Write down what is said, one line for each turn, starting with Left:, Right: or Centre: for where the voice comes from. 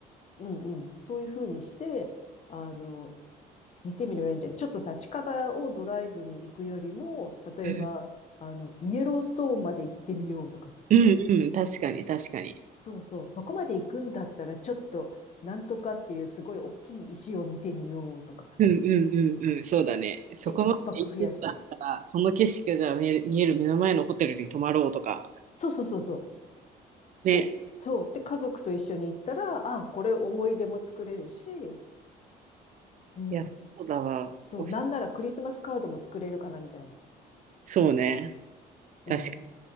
Left: うんうん。そういうふうにして、あの、見てみればいいんじゃないちょっとさ、近場をドライブに行くよりも、例えば、
Right: うん、
Left: あの、イエローストーンまで行ってみようとかさ。
Right: うん、うん確かに確かに。
Left: そうそう、そこまで行くんだったら、ちょっと、なんとかっていうすごい大きい石を見てみようとか。
Right: うんうんうんうん、そうだね。そこまで行ってたら、
Left: で、一泊増やして。
Right: その景色が見える、見える目の前のホテルに泊まろうとか。
Left: そうそうそうそう。
Right: ね。
Left: で、そう。で、家族と一緒に行ったら、あ、これ思い出も作れるし、うん。
Right: いや、そうだわ。
Left: そう。
Right: おし
Left: なんならクリスマスカードも作れるかな、みたいな。
Right: そうね。
Left: うん。
Right: 確か